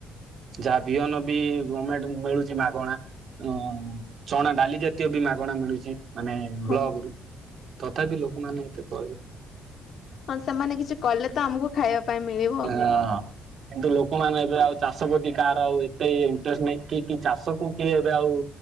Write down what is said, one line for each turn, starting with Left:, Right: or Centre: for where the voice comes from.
Right: ଯାହା ବିହନ ବି ଗମେଣ୍ଟ ମିଳୁଛି ମାଗଣା। ଆ ଚଣା ଡାଲି ଜାତୀୟ ମାଗଣା ମିଳୁଛି ମାନେ
Left: ହଁ।
Right: ବ୍ଲକ ରୁ, ତଥାପି ଲୋକମାନେ ଏତେ <inaudible>
Left: ହଁ ସେମାନେ କିଛି କଲେ ତ ଆମକୁ ଖାଇବା ପାଇଁ ମିଳିବ।
Right: ହଁ କିନ୍ତୁ ଲୋକମାନେ ଏବେ ଆଉ ଚାଷ ଚାଷ ପ୍ରତି କାହାର ଆଉ ଏତେ ଇଣ୍ଟରେଷ୍ଟ ନାହିଁ। କି କି ଚାଷକୁ କିଏ ଏବେ ଆଉ